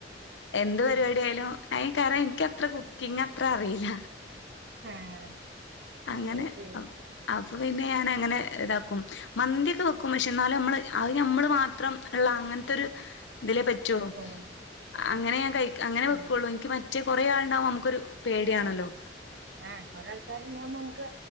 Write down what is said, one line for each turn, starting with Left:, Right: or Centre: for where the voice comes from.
Right: അത്
Left: എന്ത്
Right: ശരി
Left: പരിപാടി ആയാലും അയ്ക്കാരം എനിക്കത്ര കുക്കിങ് അത്ര അറില്ല.
Right: ആഹ്
Left: അങ്ങനെ
Right: അത് ശരി
Left: അപ്പൊ പിന്നെ ഞാൻ അങ്ങനെ ഇതാക്കും. മന്തിയൊക്കെ വെക്കും പക്ഷേ എന്നാലും നമ്മള് അത് നമ്മള് മാത്രം ഉള്ള അങ്ങനത്തെ ഒരു ഇതിലേ പറ്റുള്ളൂ
Right: ആഹ്
Left: അങ്ങനെ ഞാൻ കഴി അങ്ങനെ ഞാൻ
Right: ഉം
Left: വെക്കൊള്ളൂ എനിക്ക് മറ്റ് കുറെേ ആൾണ്ടാവുമ്പോ നമുക്കൊരു പേടിയാണല്ലോ..
Right: ആഹ് ഒറെ ആൾക്കാർണ്ടാവ്മ്പോ നമുക്ക്